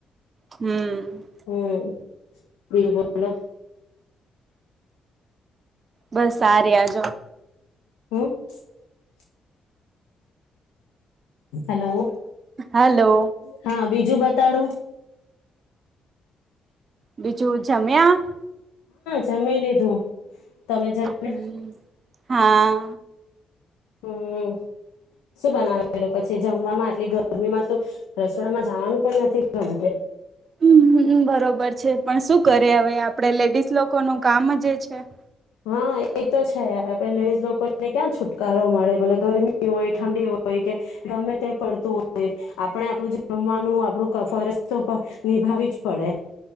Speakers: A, on the right (about 50°); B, on the left (about 85°).
A: હમ.
B: હમ <unintelligible> બોલો
A: બસ સાર આ જોો.
B: <unintelligible> <inaudible> હેલો.
A: હલો
B: હા બી હજુ બતાડો.
A: બીજું જમ્યા?
B: જમેી લીધું. તમે <unintelligible>
A: હમ હા.
B: હમ. શું બનાવેલું પછી જમવામાં આટલી ગરમીમાં તો રસવાડામાં જવાનું પણ નથી ગમતું.
A: હમ બરોબર છે પણ શું કરે હવે આપડે લેડીઝ લોકોનું કામ જ એ છે. <inaudible>
B: હા એ તો છે આપડે લેડીઝ લોકો ને ક્યાં છુટકારો મળે, ભલે ગરમી હોય, ઠંડી હોય હોય કે ગમે તે પડતું હોય. આપણે આપણું જમવાનું આપણું ફરજ તો નિભાવી જ પડે.